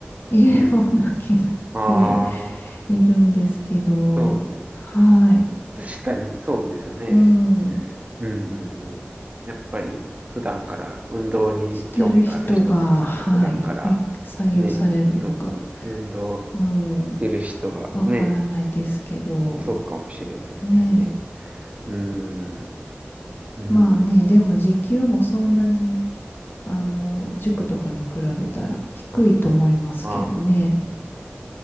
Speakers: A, on the left; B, on the right.
A: いるような気がして
B: ああ、
A: いるんですけど、
B: そうで、
A: はい、
B: 確かに、そうですね。
A: うん、
B: うんうんうん。やっぱり、普段から運動に興味がある人とか、
A: してる人が、はい、
B: 普段から
A: い採用されるのか、
B: ね、運動、運動
A: うん、
B: してる人がね、
A: わからないですけど、
B: そうかもしれないですね。
A: ねえ、
B: うん、うん。
A: まあね、でも時給もそんなに、あの、塾とかに比べたら低いと思いますけどね。
B: あー